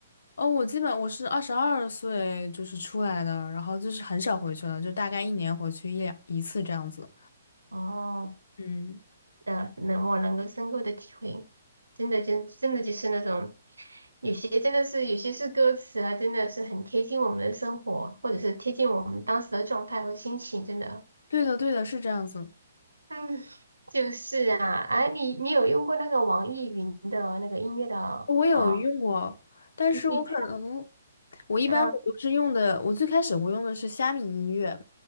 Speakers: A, on the left; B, on the right.
A: 哦，我基本我是二十二岁就是出来的，然后就是很少回去了，就大概一年回去一两一次这样子。
B: 哦，
A: 嗯。
B: 呃，能我能够深刻的体会，真的真真的就是那种，有些真的是有些是歌词啊，真的是很贴近我们的生活，或者是贴近我们当时的状态和心情，真的。
A: 对的，对的，是这样子。
B: 嗯，就是啊，哎、你你有用过那个网易云的那个音乐的
A: 我有用过，
B: 啊？
A: 但是我可能，
B: 你你
A: 我一般我都是用的，
B: 嗯
A: 我最开始我用的是虾米音乐，